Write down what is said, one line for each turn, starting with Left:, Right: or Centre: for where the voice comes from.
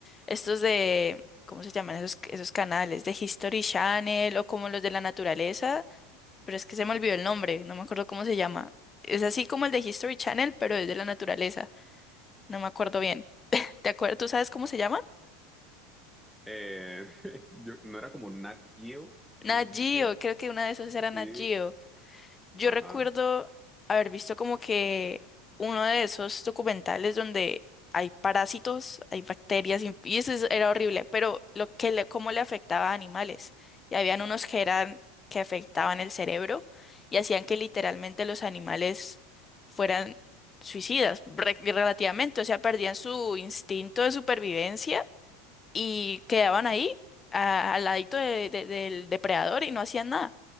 Left: estos de, ¿cómo se llaman esos, esos canales? De History Channel o como los de la naturaleza, pero es que se me olvidó el nombre, no me acuerdo cómo se llama. Es así como el de History Channel, pero es de la naturaleza, no me acuerdo bien. ¿Te acuerdas? ¿Tú sabes cómo se llama?
Centre: Eh, <laughs> yo, no era como Nat Geo,
Left: Nat
Centre: Nat
Left: Geo,
Centre: Geo,
Left: creo que una de esas era
Centre: sí,
Left: Nat Geo. Yo
Centre: ajá.
Left: recuerdo haber visto como que uno de esos documentales donde hay parásitos, hay bacterias y, y eso es- era horrible, pero lo que le- cómo le afectaba a animales. Y habían unos que eran que afectaban el cerebro y hacían que literalmente los animales fueran suicidas re- relativamente, o sea, perdían su instinto de supervivencia y quedaban ahí a- al ladito de- de- del depredador y no hacían nada.